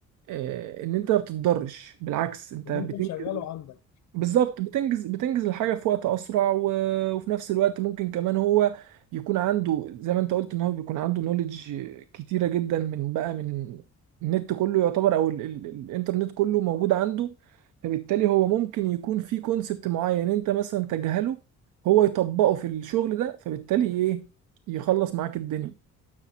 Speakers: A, on the right; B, on the left.
A: آه، ان انت ما بتتضرش بالعكس انت
B: ان
A: بتنجز
B: انت مشغله عندك
A: بالظبط بتنجز بتنجز الحاجة في وقت أسرع و... وفي نفس الوقت ممكن كمان هو يكون عنده زي ما أنت قلت إن هو بيكون عنده نوليدج كتيرة جدا من بقى من النت كله يعتبر أو ال... ال... الإنترنت كله موجود عنده فبالتالي هو ممكن يكون في كونسبت معين يعني أنت مثلا تجهله هو يطبقه في الشغل ده فبالتالي إيه يخلص معاك الدنيا